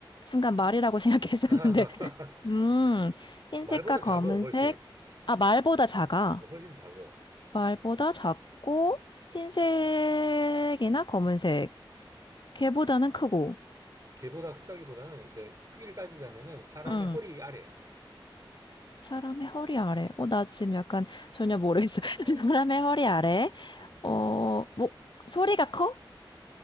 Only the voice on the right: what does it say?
아,
<laughs> 음.
말보다
작어, 훨씬.
어, 훨씬 작어.
음.
개보다 크다기보다는 이제 크기를 따지자면은 사람의
허리 아래야.
어,
음, 음.